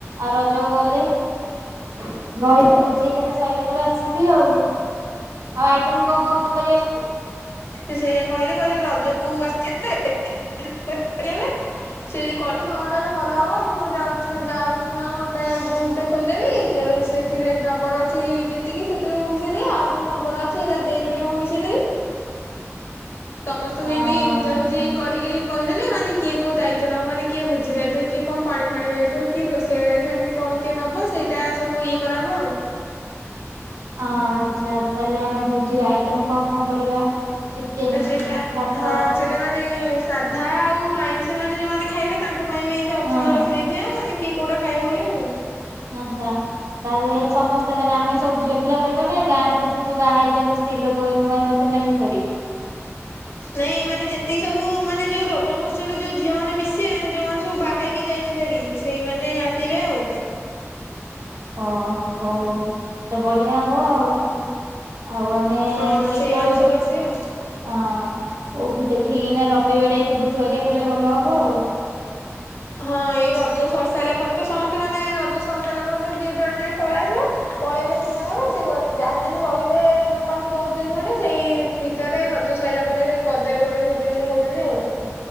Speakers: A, on the right; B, on the left.
A: ଆଉ ରଜକୁ ଗଲେ ରହିବି <unintelligible> ଭୋଜି ଏକାଥରେ ସାଇଲା ପରେ ଆସିବି ଆଉ। ଆଉ ଆଇଟମ୍ କଣ କଣ କରିବା ସବୁ?
B: ସେ ସେୟା କହିଲେ କହିଲେ ରଜକୁ ଆ <unintelligible> ସେ ଯଦି କହିବେ ହଁ ତାହେଲେ ଭଲ ହବ ମୁଁ ଯାଉଛି ଯାଉଛି ନହେଲେ ଗୋଟେ ଗ୍ରୁପଟେ ଖୋଲିଦେବି ଯଉ ସେ ଏଥିରେ ନମ୍ବର ଅଛି ଯେତିକି ସେଥିରେ ସବୁ ମିଶେଇ ଦେବି ଆଉ ଯେଉଁ ନମ୍ବର ଅଛି ସେଇଟା ଦେଇଦେଲେ ମୁଁ ମିଶେଇ ଦେବି। ସମସ୍ତଙ୍କୁ
A: ହଁ
B: ଏମତି ବୁଝାବୁଝି କରିକି କହିଦେଲେ ମାନେ କିଏ କୋଉ ଦାୟିତ୍ୱ ନବ ମାନେ କିଏ ଭୋଜି ଦାୟିତ କିଏ କଣ ପାଣି ଫାଣି ଦାୟିତ କିଏ ରୋଷେଇବା ଦାୟିତ ଏମିତି କଣ କିଏ ନବ ସେଇଟା ସବୁ ଇଏ କରାହବ ଆଉ।
A: ଆଁ ଆଚ୍ଛା ତାହେଲେ ଆମେ ବୁଜିରେ ଆଇଟମ କଣ କଣ କରିବା? ଚିକେନ
B: ସେଇଟା
A: ଭାତ
B: ହଁ ସେଇଟା ମାନେ ସାଧା ଆଉ ଆଇଁଷ ମାନେ ଯୋଉମାନେ ଖାଇବେ ତାଙ୍କ ପାଇଁ ବି ଏମିତି ଅପସନ
A: ହଁ
B: ରଖିଦେଇଥିବା ମାନେ କିଏ କୋଉଟା ଖାଇବ ବୋଲି ଆଉ।
A: ଆଛା ତାହେଲେ ସମସ୍ତେ ମାନେ ଆମେ ସବୁ ଝିଅ ପିଲା କରିବା ନାାଇ ଗାଁ ରେ ଯେତିକ ସବୁ ବାହା ହେଇଛନ୍ତି ସି ଲୋକ ନୂଆ ନୂଆ ସେମାନେ ବି କରିବେ।
B: ନାଇଁ ମାନେ ଯେତିକି ସବୁ ମାନେ ଯୋଉ ରଜ ମହସ୍ୟରେ ଯୋଉ ଝିଅ ମେ ମିଶିବେ ମାନେ ଯୋଉମାନେ ସବୁ ବାହା ହେଇକି ଯାଇ ନେରି ସେଇମାନେ ଆସିବେ ଆଉ।
A: ଓ ହଉ ତ ବଢିଆ ହବ ଆଉ। ଆଉ ଆମେ
B: ହଁ
A: କେତେଳୁ
B: ସେଇମାନେ ସବୁ ଆସିବେ ଆଉ।
A: ହଁ କୋଉ ଦେଖିକିନା ରବିବାର କି ବୁଧବାର କଲେ ଭଲ ହବ ଆଉ।
B: ହଁ ଏଇ ରଜ ସରର୍ସାଇଲା ପରେ ତ ସମସ୍ତେ ମାନେ ରଜ ସର୍ସାଇଲା ପରେ ତ ଯିଏ ଯୁଆଡେ ନାଇଁ ପଳେଇ ଆସିବ। ପଳେଇବେ ସବୁ ତାଙ୍କର ସେ ଯାହାହେଲେ ବି ରହିବେ ପାଞ୍ଚ ଦଶ ଦିନ ଖଣ୍ଡେ ସେଇ ଭିତରେ ରଜ ସରିଲା ପରେ କଦେବୀ ଗୋଟେ ଭୋଜି ବୋଲି କହୁଛନ୍ତି ଆଉ।